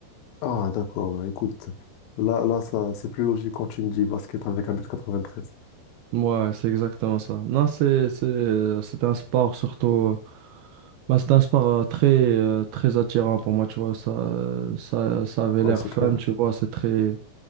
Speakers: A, on the left; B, on the right.
A: Ah, d'accord, bah, écoute. Là, là, ça, c'est plus logique quand tu me dis basket avec un mètre quatre-vingt-treize.
B: Ouais, c'est exactement ça. Non, c'est c'est c'est un sport surtout euh, bah, c'est un sport euh, très euh, très attirant pour moi, tu vois, ça euh, ça ça avait
A: Ouais,
B: l'air
A: c'est
B: fun,
A: clair.
B: tu vois, c'est très